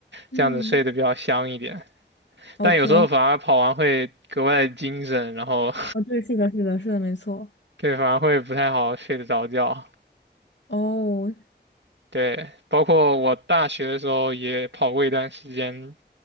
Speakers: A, on the left; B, on the right.
A: 嗯
B: 这样子睡得比较香一点。
A: ，OK，
B: 但有时候反而跑完会格外的精神，然后
A: 哦，对，是的，是的，是的，没错。
B: <laughs> 对，反而会不太好睡得着觉。
A: 哦，
B: 对，包括我大学的时候也跑过一段时间，